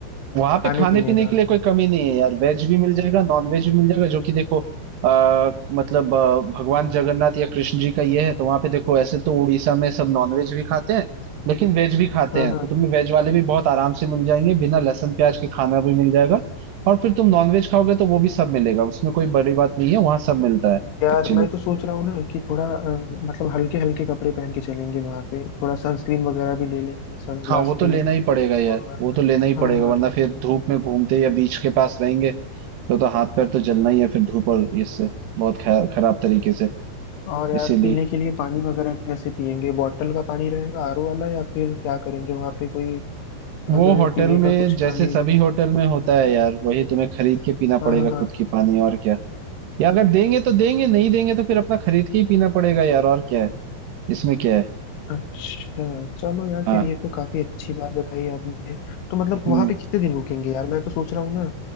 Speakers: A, on the right; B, on the left.
A: वहां
B: खाने
A: पे खाने
B: पीने
A: पीने
B: का
A: के लिए कोई कमी नहीं है यार वेज भी मिल जाएगा नॉन वेज भी मिल जाएगा जो कि देखो आ, मतलब अ, भगवान जगन्नाथ या कृष्ण जी का ये है तो वहां पे देखो ऐसे तो उड़ीसा में सब नॉन वेज भी खाते हैं लेकिन वेज भी खाते
B: हाँ
A: हैं
B: हाँ
A: तो तुम्हें वेज वाले भी बहुत आराम से मिल जाएंगे बिना लहसुन प्याज के खाना भी मिल जाएगा और फिर तुम नॉन वेज खाओगे तो वो भी सब मिलेगा उसमें कोई बड़ी बात नहीं है वहां सब मिलता है
B: यार
A: एक्चुअली
B: मैं तो सोच रहा हूँ ना कि थोड़ा अ, मतलब हल्के हल्के कपड़े पहन के चलेंगे वहां पे थोड़ा सनस्क्रीन वगैरह भी ले लेंगे सनग्लास
A: हाँ वो तो
B: भी
A: लेना ही पड़ेगा यार
B: और
A: वो तो लेना ही
B: हाँ
A: पड़ेगा
B: हाँ
A: वरना फिर धूप में घूमते या बीच के पास रहेंगे तो तो हाथ पैर तो जलना ही है फिर धूप और इससे बहुत ख- खराब तरीके से
B: और यार
A: इसीलिए
B: पीने के लिए पानी वगैरह कैसे पियेंगे बॉटल का पानी रहेगा आरओ वाला या फिर क्या करेंगे वहां पे कोई
A: वो
B: अगर
A: होटल
B: पीने
A: में
B: का कुछ
A: जैसे
B: पानी
A: सभी
B: में
A: होटल में होता है यार वही तुम्हें खरीद के पीना
B: हाँ
A: पड़ेगा
B: हाँ हाँ
A: खुद की पानी और क्या या अगर देंगे तो देंगे नहीं देंगे तो फिर अपना खरीद के ही पीना पड़ेगा यार और क्या है इसमें क्या है
B: अच्छा चलो यार
A: हाँ
B: फिर ये तो काफी अच्छी बात बताई आपने तो मतलब
A: हम्म
B: वहां पे कितने दिन रुकेंगे यार मैं तो सोच रहा हूँ ना